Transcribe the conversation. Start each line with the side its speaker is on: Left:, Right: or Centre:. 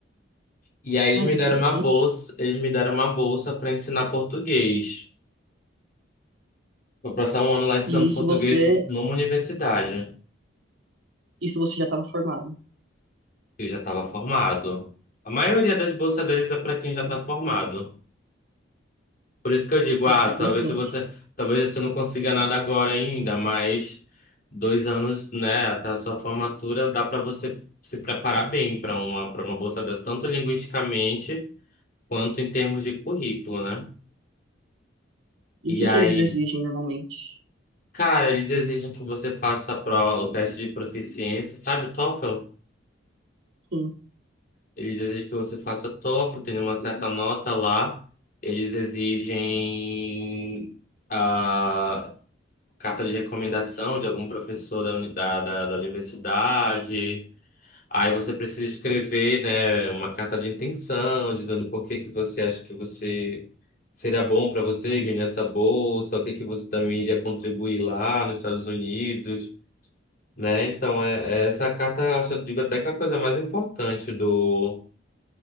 Left: E aí eles
Right: Ah,
Left: me
Right: que
Left: deram
Right: interessante.
Left: uma bolsa, eles me deram uma bolsa para ensinar português. Vou passar um ano lá ensinando
Right: E isso
Left: português
Right: você.
Left: numa universidade.
Right: Isso você já estava formado.
Left: Eu já estava formado. A maioria das bolsas deles é para quem já está formado. Por isso que eu digo,
Right: Ah,
Left: ah,
Right: interessante.
Left: talvez se você, talvez você não consiga nada agora ainda, mas dois anos, né, até a sua formatura dá para você se preparar bem para uma para uma bolsa dessa, tanto linguisticamente quanto em termos de currículo, né?
Right: E
Left: E
Right: o que
Left: aí,
Right: que eles exigem normalmente?
Left: cara, eles exigem que você faça a prova, o teste de proficiência, sabe, o TOEFL?
Right: Sim,
Left: Eles exigem que você faça TOEFL, tenha uma certa nota lá. Eles exigem ah, carta de recomendação de algum professor da, uni- da, da, da universidade. Aí você precisa escrever, né, uma carta de intenção, dizendo por que que você acha que você seria bom para você ganhar essa bolsa, o que que você também iria contribuir lá nos Estados Unidos, né? Então, é, é- essa carta, eu acho, eu digo até que é a coisa mais importante do,